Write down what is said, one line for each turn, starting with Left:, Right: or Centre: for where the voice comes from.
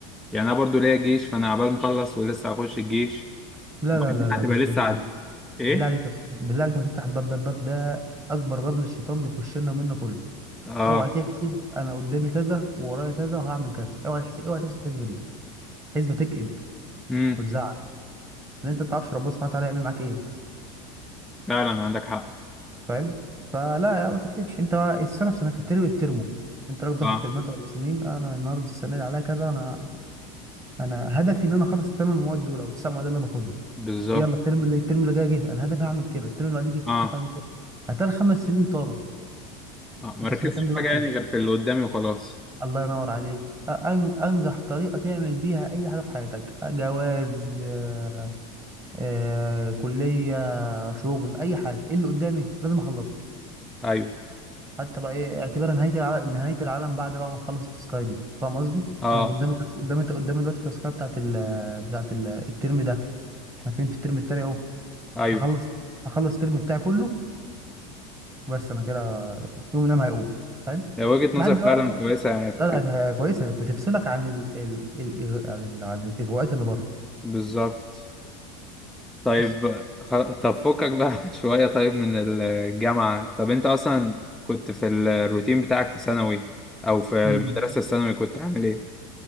Centre: يعني انا برضه ليا جيش فانا عبال مخلص ولسه هخش الجيش
Right: لا
Centre: وبعدين
Right: لا لا لا
Centre: هتبقى
Right: بص
Centre: لسه
Right: بالله عليك
Centre: عد... ايه
Right: بالله عليك يا اسطى بالله عليك ما تفتح الباب ده الباب ده اكبر باب للشيطان بيخش لنا منه كله
Centre: اه
Right: اوعى تحسب انا قدامي كذا وورايا كذا وهعمل كذا اوعى تحسب اوعى تحسب الحسبه دي حسبه تكئب
Centre: امم
Right: وتزعل. ان انت ما تعرفش ربنا سبحانه وتعالى يعمل معاك ايه
Centre: فعلا عندك حق
Right: فاهم فلا يا ما تحسبش انت بقى السنه في سنتها الترم بترمه انت راجل بتاخد
Centre: اه
Right: ترمات ولا سنين انا النهارده السنه اللي عليا كذا انا انا هدفي ان انا اخلص الثمان مواد دول او التسع مواد اللي انا باخدهم
Centre: بالظبط
Right: دي. يلا الترم اللي الترم اللي جاي جه انا هدفي هعمل كده الترم اللي بعديه جه
Centre: اه
Right: هدفي هعمل كده هتلاقي الخمس سنين طاروا
Centre: اه ما
Right: انت
Centre: ركزتش
Right: في سنه كام دلوقتي
Centre: في حاجه يعني غير في اللي قدامي وخلاص
Right: الله ينور عليك أ- أن- انجح طريقه تعمل بيها اي حاجه في حياتك جواز آه، آه، كليه شغل اي حاجه ايه اللي قدامي لازم اخلصه
Centre: ايوه
Right: حتى بقى ايه اعتبار نهايه العالم نهايه العالم بعد بقى ما نخلص التاسكايه دي فاهم قصدي
Centre: اه
Right: انا قدامي تس- قدامي قدامي دلوقتي التاسكايه بتاعت ال... بتاعت ال... الترم ده احنا فين في الترم التاني اهو
Centre: ايوه
Right: هخلص هخلص الترم بتاعي كله بس انا كده يوم نام هيقوم فاهم
Centre: لو وجهة نظر
Right: لحد بقى
Centre: فعلا كويسه يعني تخ-
Right: لا لا هي كويسه بتفصلك عن ال... ال... ال... عن ال... عن الاغواءات اللي بره
Centre: بالظبط طيب
Right: بس
Centre: خ... طب فكك بقى <laughs> شويه طيب من الجامعه طب انت اصلا كنت في الروتين بتاعك في ثانوي او في المدرسه
Right: مم.
Centre: الثانوي كنت عامل ايه